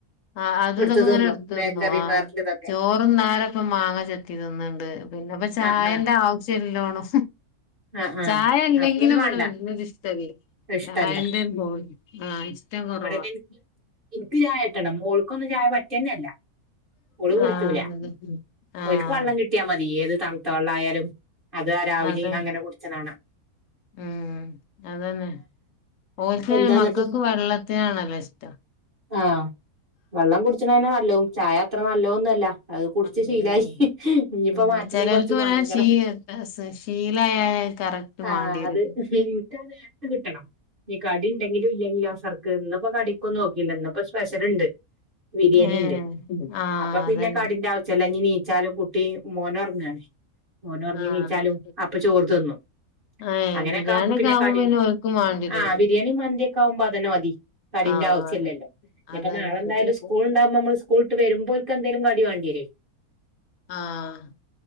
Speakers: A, on the left (about 70°); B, on the right (about 35°).
A: ആ അത്
B: എടുത്ത്
A: ഇതൊക്കെ ഇങ്ങനെ
B: തിന്നും
A: എടുത്ത
B: ബേക്കറിയും
A: തന്നു ആ
B: വേറെള്ളതൊക്കെ
A: ചോറുംന്നര ഇപ്പ മാങ്ങ ചെത്തി ണ്ട് പിന്നെപ്പ ചായന്റെ
B: ആ ആ
A: ആവശ്യം ഇല്ലോണം
B: ആ ആ
A: ചായ അല്ലെങ്കിലും
B: അപ്പൊ പിന്നെ
A: ഇവിടെ
B: വേണ്ട
A: വല്യ ഇഷ്ടമല്ലേ
B: ഇഷ്ടല്ല
A: ചായേന്റെ പോയി അഹ് ഇഷ്ടം കുറവാ
B: ഇവിടൊക്കെ എനിക്ക് എനിക്ക് ചായ കിട്ടണം മോൾക്ക്ന്നും ചായ പറ്റിയന്നെയ അല്ല ഓള് കുടിച്ചൂല
A: ആഹ് അതെ ആഹ്
B: ഓൾക്ക് വെള്ളം കിട്ടിയാ മതി ഏത് തള്ളായാലും അത് ആ രാവിലെയ
A: അത
B: അങ്ങനെ കുടിച്ചതാണ്
A: ഉം അതന്നെ പോഓസ
B: എന്താന്നിട്ട്
A: മക്കൾക്ക് വെള്ളത്തിനാണല്ലോ ഇഷ്ടം
B: ആഹ വെള്ളം കുടിച്ചണന്നെ നല്ലോ ചായ അത്ര നല്ലോന്നല്ല അത് കുടിച്ച്
A: ഉം
B: ശീലായി ഇനിയിപ്പോ
A: ഉം.
B: മാറ്റണെ
A: ചിലർക്ക്
B: കൊറച്ച്
A: പിന്നെ
B: ഭയങ്കര
A: ശീ ശീലായ കറക്റ്റ്
B: ആഹ
A: മാണ്ടി വരും
B: അത്ട്ട നേരത്ത് കിട്ടണം ഈ കടി ഉണ്ടെങ്കിലും ഇല്ലെങ്കോ സർക്ക് ഇന്നപ്പോ കടിക്കൊും നോക്കില്ല ഇപ്പോ സ്പെഷലുണ്ട് ബിരിയാണി
A: ഏഹ്
B: ഉണ്ട്
A: ആഹ്
B: അപ്പൊ പിന്നെ
A: അതന്നെ
B: കടിന്റെ ആവശ്യംമല്ലഞ്ഞ് നീച്ചാലും കുട്ടി മോനൊറങ്ങണേ മോനൊറങ്ങി
A: ആഹ്
B: നീറ്റാലും അപ്പ ചോറ് തിന്നു
A: ഏഹ്
B: അങ്ങനെയൊക്കെ
A: ബിരിയാണി
B: ആവുമ്പോ
A: ഒക്കെ
B: പിന്നെ കടി
A: ഓൽക്കും മാണ്ടിരല്ലോ
B: ആ ബിരിയാണി മന്തിയൊക്കെ ആവുമ്പോ അതന്നെ മതി കടിന്റെ
A: ആഹ്
B: ആവശ്യമല്ലല്ലോ
A: അതന്നെ
B: ഇപ്പൊ നാളെന്തായാലും സ്കൂൾ ഉണ്ടാവകുമ്പോ നമ്മൾ സ്കൂൾ വരുമ്പോ എന്തേലും കടി വേണ്ടിരേ
A: ആഹ്